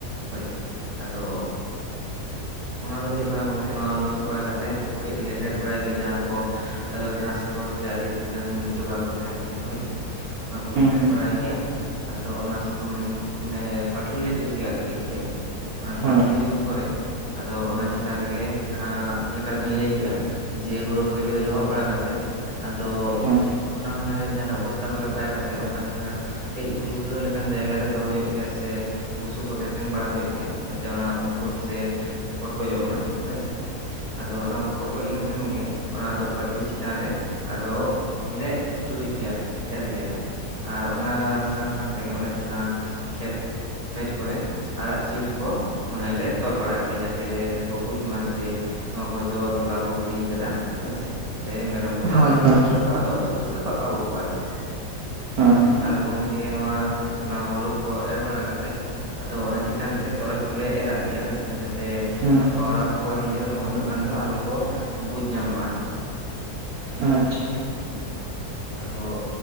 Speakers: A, on the right; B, on the right.
A: ᱦᱳᱭ ᱟᱫᱚ ᱚᱱᱟ ᱫᱚ ᱦᱩᱭᱩᱜ ᱠᱟᱱᱟ ᱜᱚᱝᱠᱮ ᱱᱚᱣᱟ ᱞᱚᱥᱚᱫ ᱵᱟᱲᱟ ᱠᱟᱛᱮᱫ ᱠᱟᱹᱡ ᱞᱮ ᱦᱮᱲᱦᱮᱫ ᱵᱟᱲᱟᱭ ᱜᱮ ᱡᱟᱦᱟᱸ ᱠᱚ ᱟᱹ ᱜᱷᱟᱥ ᱠᱚ ᱥᱮ ᱟᱹᱰᱤ ᱜᱟᱱ ᱡᱚᱵᱽᱲᱟ ᱠᱚ ᱛᱟᱦᱮᱸᱱ ᱜᱮᱭᱟ ᱦᱳᱭᱥᱮ, ᱚᱱᱟ ᱠᱚᱞᱮ ᱦᱮᱲᱦᱮᱫ
B: ᱦᱮᱸ
A: ᱵᱟᱲᱟᱭ ᱜᱮᱭᱟ ᱟᱫᱚ ᱚᱱᱟ ᱢᱟ ᱢᱟᱱᱮ ᱯᱟᱴᱞᱤ ᱞᱮ ᱡᱩᱛ ᱜᱮᱭᱟ ᱟᱨᱠᱤ ᱦᱳᱭ᱾ ᱯᱟᱹᱴᱞᱤ
B: ᱟᱪᱪᱷᱟ ᱟᱪᱪᱷᱟ ᱦᱮᱸ ᱦᱮᱸ ᱟᱪᱪᱷᱟ ᱟᱪᱪᱷᱟ ᱦᱮᱸ ᱦᱮᱸ ᱦᱳᱭ ᱦᱳᱭ ᱦᱮᱸ ᱦᱮᱸ ᱦᱳᱭ ᱦᱳᱭ ᱦᱳᱭ ᱦᱳᱭ ᱦᱳᱭ ᱦᱳᱭ ᱦᱳᱭ ᱦᱳᱭ
A: ᱡᱩᱛ ᱯᱚᱨᱮ ᱟᱫᱚ ᱚᱱᱟ ᱪᱮᱛᱟᱱ ᱨᱮᱜᱮ ᱡᱟᱦᱟᱸ ᱞᱮᱠᱟ ᱵᱤᱱ ᱞᱟᱹᱭ ᱠᱮᱜ-ᱟ, ᱡᱮ ᱦᱩᱲᱳ ᱯᱟᱭᱞᱟᱹ ᱞᱚᱦᱚᱫ ᱵᱟᱲᱟ ᱠᱟᱛᱮᱜ ᱟᱫᱚ
B: ᱦᱳᱭ᱾
A: ᱚᱱᱟ ᱢᱟᱱᱮ ᱡᱟᱦᱟᱸᱱᱟᱜ ᱵᱚᱥᱛᱟ ᱠᱚᱨᱮ ᱵᱟᱭ ᱠᱟᱛᱮᱜ ᱚᱱᱠᱟᱱ ᱡᱟᱦᱟᱸ ᱠᱟᱹᱡ ᱜᱷᱩᱞ ᱜᱷᱩᱞᱟᱹᱣ ᱞᱮᱠᱟᱱ ᱡᱟᱭᱜᱟ ᱨᱮ ᱫᱚᱦᱚ ᱦᱩᱭᱩᱜ ᱜᱮᱭᱟ ᱥᱮ ᱵᱩᱥᱩᱵ ᱠᱚᱛᱮ ᱛᱮᱱ ᱵᱟᱲᱟ ᱦᱩᱭᱩᱜ ᱜᱮᱭᱟ, ᱡᱟᱛᱮ ᱚᱱᱟ ᱚᱝᱠᱩᱨ ᱥᱮ ᱯᱚᱴᱠᱚᱡᱚᱜ ᱢᱟ ᱦᱳᱭᱥᱮ ᱟᱫᱚ ᱚᱱᱟ ᱠᱚ ᱯᱚᱴᱠᱚᱡ ᱞᱮᱱᱠᱷᱟᱱ ᱜᱮ ᱚᱱᱟᱫᱚ ᱯᱟᱴᱞᱤ ᱪᱮᱛᱟᱱ ᱨᱮ ᱟᱫᱚ ᱚᱸᱰᱮᱞᱮᱜ ᱪᱩᱨᱩᱡ ᱜᱮᱭᱟ ᱟᱨᱠᱤ ᱮᱨ ᱜᱮᱭᱟᱞᱮ ᱟᱨ ᱚᱱᱟ ᱥᱟᱝ-ᱥᱟᱝ ᱛᱮᱦᱮᱧ ᱚᱱᱟ ᱡᱟᱦᱟᱸ ᱠᱷᱮᱛ ᱥᱟᱭᱤᱰ ᱠᱚᱨᱮ ᱟᱨᱟᱜ ᱪᱤᱲ ᱠᱚ ᱢᱟᱱᱮ ᱞᱮ ᱛᱚᱞ ᱵᱟᱲᱟᱜ ᱜᱮᱭᱟ ᱡᱟᱛᱮ ᱠᱚ ᱵᱩᱡ ᱢᱟ ᱡᱮ ᱱᱚᱣᱟ ᱠᱚᱫᱚ ᱛᱚᱞᱟ ᱠᱚ ᱜᱤᱲᱤᱭ ᱠᱟᱫᱟ ᱦᱳᱭᱥᱮ ᱛᱮ ᱢᱮ ᱨᱚᱢ ᱠᱚ ᱰᱟᱝᱨᱟ
B: ᱦᱳᱭ ᱦᱳᱭ
A: ᱠᱚ ᱱᱚᱱᱛᱮ ᱫᱚ ᱟᱫᱚ ᱥᱩᱨ ᱥᱮᱫᱚ ᱵᱟᱠᱚ ᱟᱹᱜᱩ ᱠᱚᱣᱟ ᱟᱨᱠᱤ
B: ᱦᱳᱭ ᱦᱟᱸᱜ᱾
A: ᱟᱨ ᱜᱚᱝᱠᱮ ᱱᱚᱣᱟ ᱚᱱᱟ ᱦᱳᱲᱳ ᱠᱚ ᱮᱨ ᱵᱟᱲᱟ ᱠᱟᱛᱮᱫ ᱟᱫᱚ ᱚᱱᱟ ᱪᱮᱛᱟᱱ ᱛᱮᱫ ᱛᱚᱨᱚᱡ ᱠᱚᱞᱮ ᱮᱨᱟᱜ ᱜᱮᱭᱟ ᱦᱳᱭᱥᱮ ᱡᱟᱛᱮ
B: ᱦᱩᱸ ᱦᱩᱸ
A: ᱯᱟᱶᱨᱟ ᱠᱚᱠᱚ ᱦᱮᱡᱩᱜ ᱨᱮᱦᱚᱸ ᱩᱱᱟᱹᱜ ᱜᱟᱱ ᱫᱚ ᱟᱞᱚ ᱠᱚ ᱵᱩᱡᱽ ᱧᱟᱢ ᱢᱟ ᱟᱨᱠᱤ ᱾
B: ᱟᱪᱷᱟ᱾
A: ᱦᱮᱸ᱾ ᱟᱫᱚ